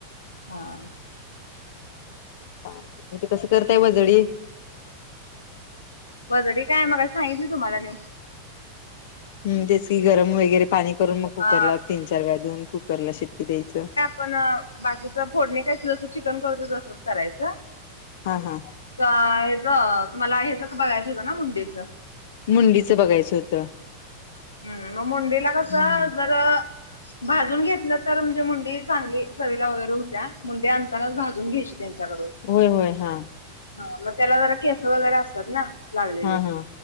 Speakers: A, on the left; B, on the left.
A: हां
B: मग ते कसं करताय वजडी
A: वजडी काय मगांशी सांगितली की तुम्हाला मी
B: हम् तेच की गरम वगैरे पाणी करून मग कुकरला
A: हा
B: तीन चार वेळा देुऊन कुकरला शिट्टी द्यायचं
A: पण बाकीचं फोडणी काय जसं चिकन करतो तसंच करायचं
B: हा हा
A: हेच मला हेच बघायचं होतं ना मुंडीचं
B: मुंडीचं बघायचं होतं
A: हम् मग मुंडीला कसं
B: हम्म,
A: जर भाजून घेतलं तर म्हणजे मुंडी चांगली चवीला वगैरे होत्या मुंडी आणतानाच भाजून घ्यायची त्यांच्याकडून
B: होय होय हा
A: ह मग त्याला जरा केस वगैरे असतात ना लागलेली
B: हा हा